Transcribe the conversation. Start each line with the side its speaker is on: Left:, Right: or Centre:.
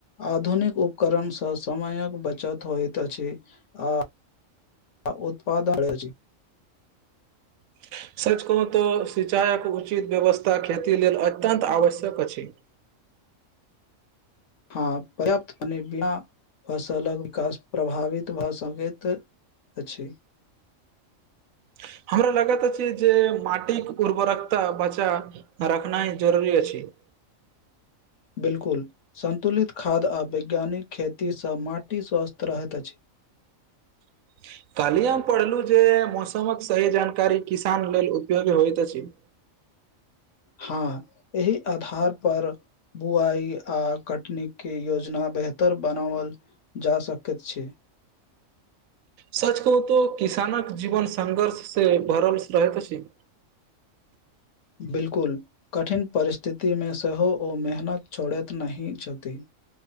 Left: आधुनिक उपकरण सँ समयक बचत होइत अछि आ आ उत्पाद आड़ै छी
Right: <inaudible> सच कहू तऽ सिंचायक उचित व्यवस्था खेती लेल अत्यन्त आवश्यक अछि <inaudible>
Left: हँ पर्याप्त मने बिना फसलक विकास प्रभावित भऽ सकैत अछि
Right: <inaudible> हमरा लागैत अछि जे माटिक उर्वरकता बचा रखनाइ जरुरी अछि <inaudible>
Left: बिल्कुल सन्तुलित खाद आ वैज्ञानिक खेती सँ माटि स्वस्थ रहैत अछि
Right: <inaudible> कहली हम पढ़लहु जे मौसमक सही जानकारी किसान लेल उपयोगी होइत अछि <inaudible>
Left: हँ एहि आधार पर बुआई आ कटनी के योजना बेहतर बनावल जा सकैत छै
Right: सच कहू तो किसानक जीवन संघर्ष से भरल रहैत अछि <inaudible>
Left: बिलकुल कठिन परिस्थिति मे सेहो ओ मेहनत छोड़ैत नहि छथि